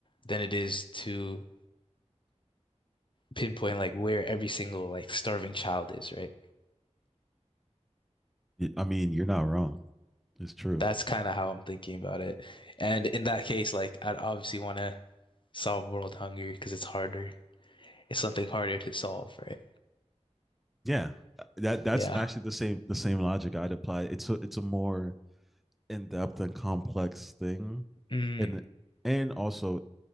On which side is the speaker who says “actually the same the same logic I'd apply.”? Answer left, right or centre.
Centre